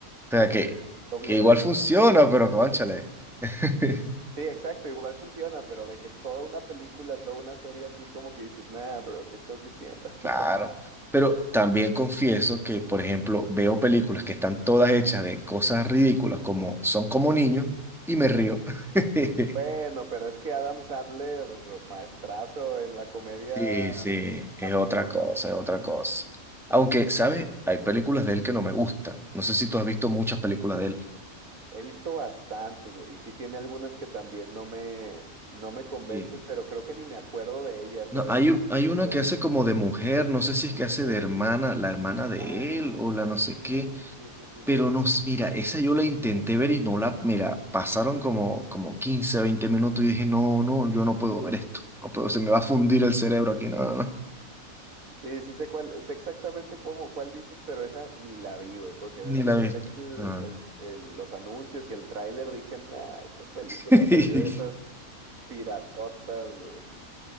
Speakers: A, in the centre; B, on the right.
A: sea,
B: algún
A: que,
B: doble
A: que
B: sentido.
A: igual funciona, pero cónchale. <laughs>
B: Sí, exacto, igual funciona, pero de que toda una película, toda una serie así, como que dices, nah, bro, ¿qué estás diciendo?
A: Claro.
B: <laughs>
A: Pero también confieso que, por ejemplo, veo películas que están todas hechas de cosas ridículas como Son como niños y me río. <laughs>
B: Bueno, pero es que Adam Sandler, maestrazo en la comedia
A: Sí, sí, es
B: absurda,
A: otra cosa, es
B: ¿sabes?
A: otra cosa. Aunque, ¿sabes? Hay películas de él que no me gustan. No sé si tú has
B: Como-
A: visto muchas películas de él.
B: He visto bastantes, güey, y sí tiene algunas que también no me, no me convencen,
A: Sí.
B: pero creo que ni me acuerdo de ellas,
A: No,
B: ¿sabes?
A: hay,
B: Como
A: u-
B: que se
A: hay una
B: me quedan.
A: que hace como de mujer, no sé si es que hace de hermana, la hermana de
B: Ah,
A: él o la no sé
B: sí,
A: qué.
B: sí, sí, sí,
A: Pero
B: sí.
A: nos, mira, esa yo la intenté ver y no la, mira, pasaron como, como 15 20 minutos y dije, no, no, yo no puedo ver esto. No puedo, se me va a fundir el cerebro aquí. No, no, no.
B: Sí, sí sé cuál, sé exactamente cómo, cuál dices, pero esa ni la vi, güey, porque
A: Ni
B: desde
A: la he
B: ver
A: visto.
B: el-
A: Ah.
B: el- el- los anuncios y el tráiler dije, nah, esta película
A: <laughs>
B: se ve de esas piratotas, güey.